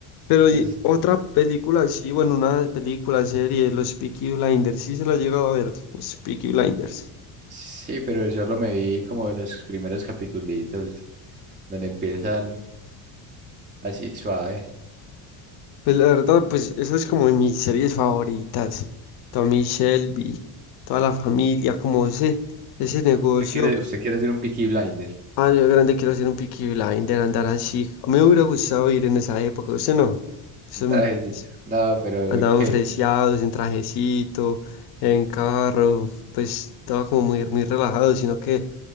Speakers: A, on the left; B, on the right.
A: Pero
B: Es-
A: y otra película, sí, bueno, una película, serie, los Peaky Blinders, sí se la he llegado a ver, los Peaky Blinders.
B: sí, pero solo me vi como de los primeros capitulitos donde empiezan así suave.
A: Pues la verdad, pues eso es como de mis series favoritas. Tommy Shelby, toda la familia, como ese, ese negocio.
B: Usted quiere, usted quiere hacer un Peaky Blinder,
A: Ah, yo de grande quiero hacer un Peaky Blinder, andar así. A mí me hubiera gustado ir en esa época, usted no. Son-
B: un trajecito.
A: pues,
B: No, pero
A: andaban
B: uy, qué.
A: fresiados, en trajecito, en carro, pues estaba como muy, muy relajado, sino que